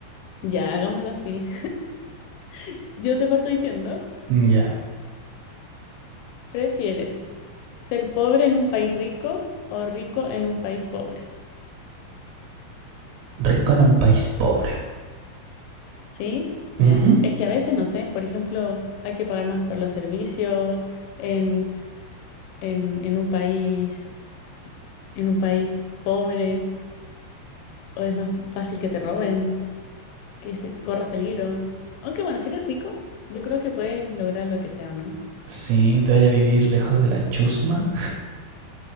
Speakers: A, on the left; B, on the right.
A: Ya, hagámoslo así. <laughs> Yo te parto diciendo,
B: Mm, Ya.
A: ¿prefieres ser pobre en un país rico o rico en un país pobre?
B: Rico en un país pobre.
A: ¿Sí? Ya.
B: Ujú,
A: Es que a veces, no sé, por ejemplo, hay que pagar más por los servicios en, en, en un país, en un país pobre, o es más fácil que te roben, que se, corras peligro. Aunque bueno, si eres rico, yo creo que puedes lograr lo que sea o no.
B: Sí, te vaya a vivir lejos de la chusma.